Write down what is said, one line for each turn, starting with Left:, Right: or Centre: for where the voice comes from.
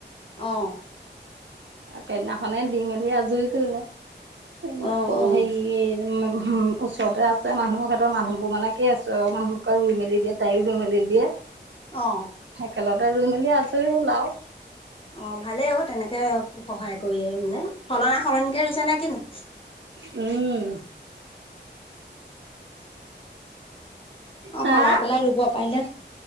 Left: অ',
Right: আৰু কেইদিনাখনে দি মেলি আজৰি কৰিলে
Left: অ', অ'।
Right: হেৰি উম ওচৰতে আছে মানুহৰ হেঁতৰ মানুহবোৰ মানে কি মানুহবোকে ৰুই মেল দিয়ে তাইও ৰুই মেলি দিয়ে
Left: অহ
Right: একেলতে ৰুই মেলি আজৰি হ'ল আও
Left: অ ভালেই অ তেনেকে সহায় কৰিয়ে মানে সলনা সলনি তাকে ৰুইছা নে কিনো
Right: উম
Left: অ
Right: হা
Left: সলাই পেলাই ৰুব পাৰিলে।